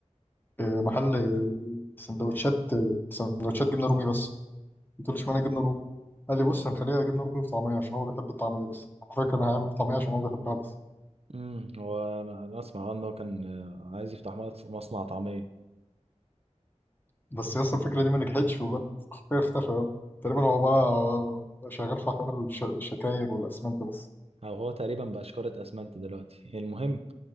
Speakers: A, on the left; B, on the right.
A: آه، محل آه، سندوتشات آه، سندوتشات جبنه رومي بس قلت له اشمعنى جبنه رومي قال لي بص هنخليها جبنه رومي وطعميه عشان هو بيحب الطعميه بس حرفيا كان هيعمل طعميه عشان هو بيحبها بس
B: امم هو انا أنا اسمع اه ان هو كان آه، عايز يفتح مص- مصنع طعميه
A: بس يا اسطى الفكره دي ما نجحتش وبقت حرفيا اختفى يلا. تقريبا هو بقى بقى شغال في حوار الش- الشكاير والاسمنت بس
B: او هو تقريبا بقى شكاره اسمنت دلوقتي المهم